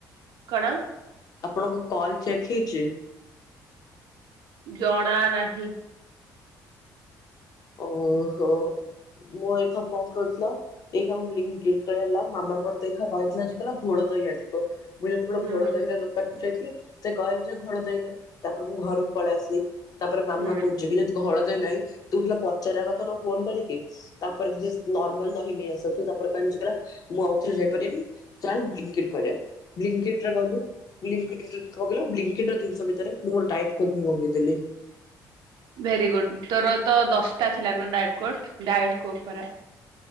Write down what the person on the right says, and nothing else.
କଣ।
ଜଣା ନାହିଁ।
ହୁଁ।
ହୁଁ
ଭେରି ଗୁଡ ତୋର ତ ଦଶଟା ଥିଲା ନା ଡାଏଟ କୋଟ ଡାଏଟ୍ କୋକ୍ ପରା।